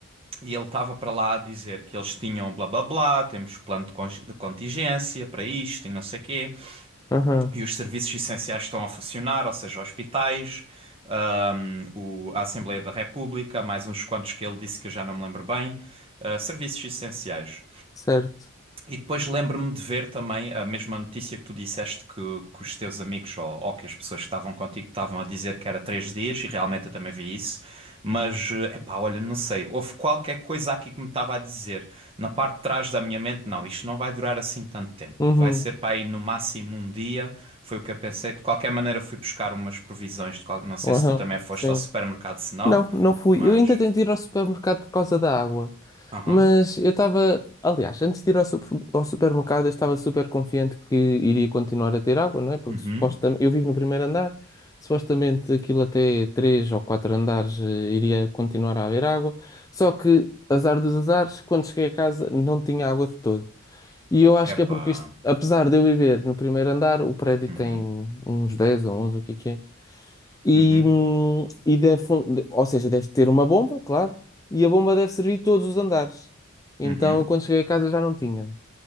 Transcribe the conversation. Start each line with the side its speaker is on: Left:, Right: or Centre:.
Right: E ele estava para lá a dizer que eles tinham blá blá blá, temos plano de contingência para isto e não sei o quê,
Left: Aham,
Right: e os serviços essenciais estão a funcionar, ou seja, hospitais, ahm, o- a Assembleia da República, mais uns quantos que ele disse que eu já não me lembro bem, ah, serviços essenciais.
Left: certo.
Right: E depois lembro-me de ver também a mesma notícia que tu disseste que, que os teus amigos ou, ou que as pessoas que estavam contigo estavam a dizer que era três dias, e realmente eu também vi isso. Mas, eh, epá, olha, não sei, houve qualquer coisa aqui que me estava a dizer. Na parte de trás da minha mente, não, isto não vai durar assim tanto tempo.
Left: Uhum,
Right: Vai ser para aí no máximo um dia, foi o que eu pensei. De qualquer maneira, fui buscar umas provisões. de qual- Não sei
Left: aham,
Right: se tu também foste
Left: sim.
Right: ao supermercado, se não,
Left: Não, não fui.
Right: mas.
Left: Eu ainda tentei ir ao supermercado por causa da água.
Right: Aham.
Left: Mas eu estava. Aliás, antes de ir ao, super- ao supermercado, eu estava super confiante que iria continuar a ter água, não é? Porque
Right: Uhum.
Left: supostamente. Eu vivo no primeiro andar, supostamente aquilo até três ou quatro andares eh, iria continuar a haver água. Só que, azar dos azares, quando cheguei a casa não tinha água de todo. E eu acho
Right: Epá.
Left: que é porque isto, apesar de eu viver no primeiro andar, o prédio
Right: Uhum.
Left: tem uns 10 ou onze o que é que é? E,
Right: Uhum.
Left: hum, e deve, fun- de- ou seja, deve ter uma bomba, claro, e a bomba deve servir todos os andares. Então,
Right: Uhum.
Left: quando cheguei a casa já não tinha.